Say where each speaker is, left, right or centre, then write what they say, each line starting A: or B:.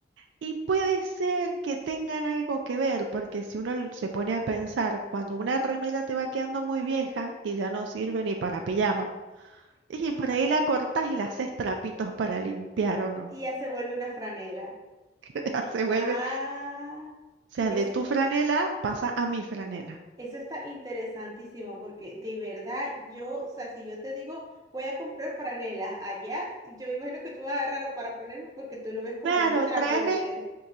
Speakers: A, on the right; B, on the right.
A: Y puede ser que tengan algo que ver, porque si uno l- se pone a pensar, cuando una remera te va quedando muy vieja y ya no sirve ni para pijama, y por ahí la cortas y la haces trapitos para limpiar o no.
B: Y ya se vuelve una franela.
A: <laughs> Ya Se vuelve,
B: Ah.
A: o sea,
B: Eso,
A: de tu franela pasa a mi franela.
B: eso está interesantísimo porque de verdad yo, o sea, si yo te digo voy a comprar franelas allá, yo me imagino que tú vas a agarrar para ponerme porque tú lo ves como
A: Claro,
B: un trapo
A: tráeme,
B: de...